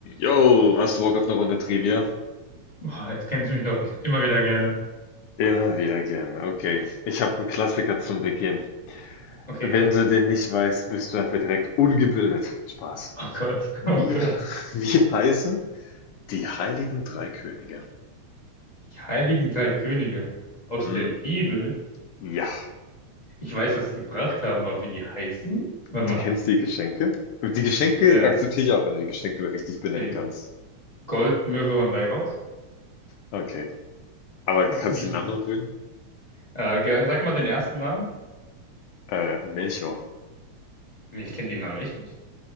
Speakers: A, on the left; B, on the left.
A: Jo, hast du Bock auf eine Runde Trivia?
B: Boah, jetzt kennst du mich doch immer wieder gerne.
A: Immer wieder gerne. Okay, ich habe einen Klassiker zum Beginn.
B: Okay.
A: Wenn du den nicht weißt, bist du dafür direkt ungebildet. Spaß.
B: Oh Gott, <laughs>
A: Wie,
B: oh Gott.
A: <laughs> wie heißen die Heiligen Drei Könige?
B: Die heiligen drei Könige aus
A: Hm,
B: der Bibel.
A: ja,
B: Ich weiß, was sie gebracht haben, aber wie die heißen? Warte
A: du
B: mal.
A: kennst die Geschenke? Die Geschenke
B: Ja,
A: akzeptiere ich auch, wenn du die Geschenke richtig benennen
B: okay.
A: kannst.
B: Gold, Myrrhe und Weihrauch.
A: Okay, aber kannst
B: Wie hieß?
A: du den Namen noch probieren?
B: Äh, ge- sag mal den ersten Namen.
A: Äh, Melchior,
B: Nee, ich kenne den Namen echt nicht.